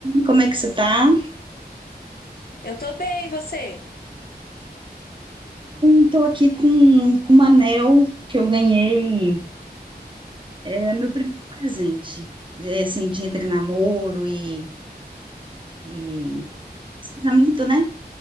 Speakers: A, on the right; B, on the left.
A: Como é que você tá?
B: Eu tô bem, e você?
A: Estou aqui com, com um anel que eu ganhei. É meu primeiro presente, é, assim, de entre namoro e, e casamento, né?